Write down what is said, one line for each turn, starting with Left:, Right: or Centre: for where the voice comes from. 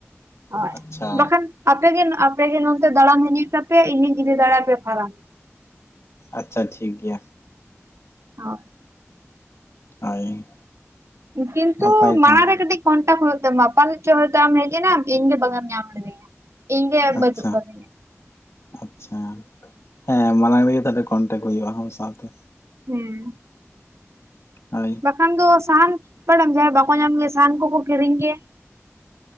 Right: ᱦᱳᱭ
Left: ᱟᱪᱪᱷᱟ
Right: ᱵᱟᱠᱷᱟᱱ ᱟᱯᱮᱜ ᱜᱮ ᱟᱯᱮᱜ ᱜᱮ ᱱᱛᱮ ᱫᱟᱬᱟᱱ ᱦᱤᱡᱩᱭ ᱛᱟᱯᱮ ᱤᱧᱤᱧ ᱤᱫᱤ ᱫᱟᱟᱲᱮᱭᱟᱯᱮᱭᱟ ᱯᱷᱟᱨᱟᱢ᱾
Left: ᱟᱪᱪᱷᱟ ᱴᱷᱤᱠ ᱜᱮᱭᱟ᱾
Right: ᱦᱳᱭ
Left: ᱦᱳᱭ᱾
Right: ᱠᱤᱱᱛᱩ
Left: ᱱᱟᱯᱟᱭ
Right: ᱢᱟᱬᱟᱝ
Left: ᱛᱟᱦᱚᱞᱮ
Right: ᱨᱮ ᱠᱟᱹᱴᱤᱡ ᱠᱚᱱᱴᱟ ᱦᱩᱭᱩᱜ ᱛᱚᱢᱟ, ᱯᱟᱞᱮ ᱛᱚ ᱟᱢ ᱦᱮᱡᱮᱢ ᱞᱮᱱᱟᱢ ᱤᱧ ᱵᱟᱢ ᱧᱟᱢ ᱠᱤᱫᱤᱧᱟᱢ᱾ ᱤᱧ ᱜᱮ ᱵᱟᱪᱩᱜ
Left: ᱟᱪᱪᱷᱟ
Right: ᱟᱠᱟᱫ ᱫᱤᱧᱟ᱾
Left: ᱟᱪᱪᱷᱟ, ᱦᱮᱸ ᱢᱟᱲᱟᱝ ᱨᱮᱜᱮ ᱛᱟᱦᱚᱞᱮ ᱠᱚᱱᱴᱮᱠ ᱦᱩᱭᱩᱜᱼᱟ, ᱟᱢ ᱥᱟᱶ ᱛᱮ᱾
Right: ᱦᱮᱸ᱾
Left: ᱦᱳᱭ᱾
Right: ᱵᱟᱠᱷᱟᱱ ᱫᱚ ᱥᱟᱦᱟᱱ ᱡᱟᱦᱟᱸ ᱵᱟᱠᱚ ᱧᱟᱢ ᱜᱮ, ᱥᱟᱦᱟᱱ ᱠᱚᱠᱚ ᱠᱤᱨᱤᱧ ᱜᱮ